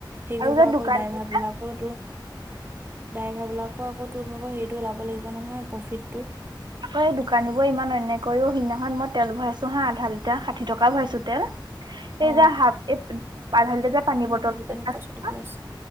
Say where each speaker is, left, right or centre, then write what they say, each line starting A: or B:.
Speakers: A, on the right (about 25°); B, on the right (about 65°).
A: সেই
B: আৰু
A: কৰিব
B: যে
A: আকৌ
B: দোকানী
A: ড্ৰাইভাৰ
B: অ
A: বিলাক আকৌ, তোৰ ড্ৰাইভাৰ বিলাকৰ আকৌ তোৰ ভাগৰ হেৰিটো ওলাব লাগিব নহয় প্ৰফিতটো।
B: আকৌ এই দোকানী বোৰ ইমান অন্যায় কৰিও, সেইদিনাখন মই তেল ভৰাইছো হা আধা লিটাৰ ষাঠি টকাৰ ভৰাইছো তেল। এই
A: অ
B: যে হাপ এই আধা লিটাৰ যে পানী
A: মই
B: বটল
A: সেইটো কাৰণে
B: <unintelligible>
A: পইচা দিবলৈ আছে